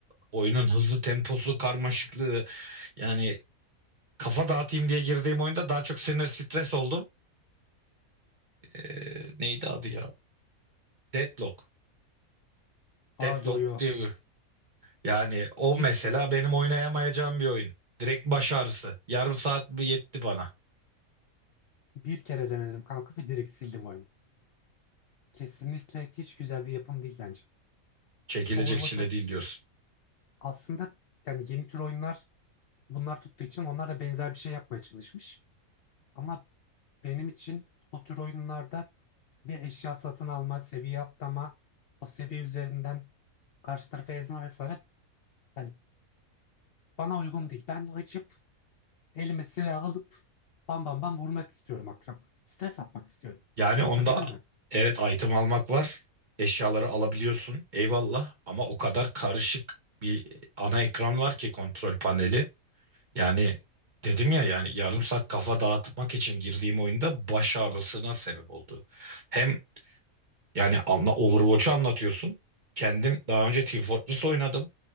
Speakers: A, on the right; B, on the left.
A: Oyunun hızı, temposu, karmaşıklığı. Yani kafa dağıtayım diye girdiğim oyunda daha çok sinir stres oldum. Ee, neydi adı ya? Deadlock. Deadlock
B: Aa yo yo.
A: diye bir. Yani o
B: Bir,
A: mesela benim oynayamayacağım bir oyun. Direkt baş ağrısı. Yarım saat mi yetti bana.
B: <laughs> bir kere denedim kanka ve direkt sildim oyunu. Kesinlikle hiç güzel bir yapım değil bence.
A: Çekilecek
B: Overwatch'a
A: çile değil diyorsun.
B: aslında yani yeni tür oyunlar bunlar tuttuğu için onlar da benzer bir şey yapmaya çalışmış. Ama Benim için o tür oyunlarda bir eşya satın alma, seviye atlama, o seviye üzerinden karşı tarafa ezme vesaire yani bana uygun değil. Ben de açıp elime silah alıp bam bam bam vurmak istiyorum akşam. Stres atmak istiyorum.
A: Yani
B: Anlatabildim
A: onda
B: mi?
A: evet item almak var. Eşyaları alabiliyorsun. Eyvallah ama o kadar karışık bir ana ekran var ki kontrol paneli. Yani dedim ya yani yarım saat kafa dağıtmak için girdiğim oyunda baş ağrısına sebep oldu. Hem yani anla Overwatch'u anlatıyorsun. Kendim daha önce Team Fortress oynadım.